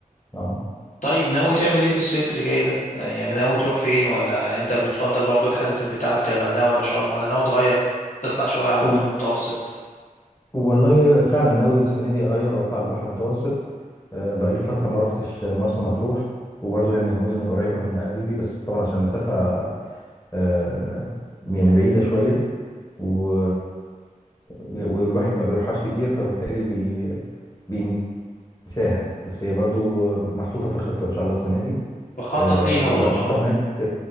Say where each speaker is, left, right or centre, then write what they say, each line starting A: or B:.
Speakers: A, on the left; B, on the left.
A: اه
B: طيب ناوي تعمل ايه في الصيف اللي جاي ده آه، يعني ناوي تروح فين ولا انت بتفضل برضو الحتت اللي بتاعت غردقة ولا شرم ولا ناوي تغير تطلع شوية على البحر
A: و-
B: المتوسط
A: والله فعلا ناوي السنة دي أغير وأطلع البحر المتوسط آه، بقالي فترة ما روحتش مرسى مطروح وبرضه هي من المدن القريبة من قلبي بس طبعا عشان المسافة آه، يعني بعيدة شوية و... والواحد ما بيروحهاش كتير فبالتالي بي... انساها بس هي برضو محطوطة في الخطة إن شاء الله السنة دي
B: بخطط
A: آه،
B: ليها
A: والأنشطة
B: برضو اه
A: هناك